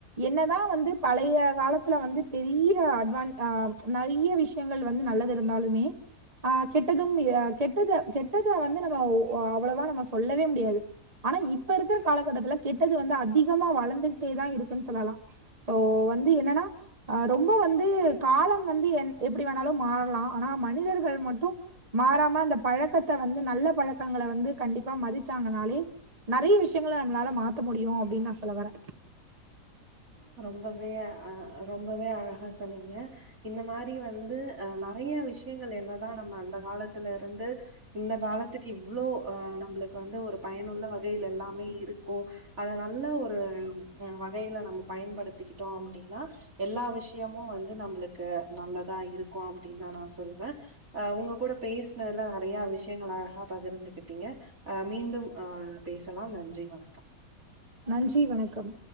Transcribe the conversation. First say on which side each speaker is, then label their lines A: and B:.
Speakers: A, on the right; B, on the right.
A: என்னதா வந்து பழைய காலத்துல வந்து பெரிய <unintelligible> அதான் ஆ நெறைய விஷயங்கள் வந்து நல்லது இருந்தாலுமே ஆ கெட்டதும் ஆ கெட்டத கெட்டத வந்து நம்ம ஒ அவ்வளவா நம்ம சொல்லவே முடியாது ஆனா இப்ப இருக்கிற காலகட்டத்துல கெட்டது வந்து அதிகமா வளந்துகிட்டேதா இருக்குன்னு சொல்லலா சோ வந்து என்னன்னா ஆ ரொம்ப் ரொம்ப வந்து காலம் வந்து என் எப்டி வேண்ணாலு மாறலா ஆனா மனிதர்கள் மட் த்து மாறாம அந்த பழக்கத்த வந்து நல்ல பழக்கங்கள வந்து கண்டிப்பா மதிச்சாங்கனாலே நெறைய விஷயங்கள நம்மளால மாத்த முடியு அப்டின்னு நா சொல்ல வரே
B: ரொம்பவே அ ஆ ரொம்பவே ஆ ஆ சொன்னீங்க இந்த மாரி வந்து ஆ நெறைய விஷயங்கள் என்னதா நம்ம அந்த காலத்துல இருந்து இந்த காலத்துக்கு இவ்ளோ ஆ நம்பளுக்கு வந்து ஒரு பயனுள்ள வகையில் எல்லாமே இருக்கோ அத நல்ல ஒரு ஆ வகையில நமக் பயன்படுத்திக்கிட்டோ அப்டின்னா எல்லா விஷயமு வந்து நம்மளுக்கு நல்லதா இருக்கு அப்டின்னுதா நா சொல்லுவே ஆ உங்க கூட பேஸ் ந்ததுல நெறையா விஷயங்கள் அழகா பகிர்ந்துக்கிட்டீங்க ஆ மீண்டும் ஆ் பேசலாம் நன்றி வ
A: நன்றி வணக்கம்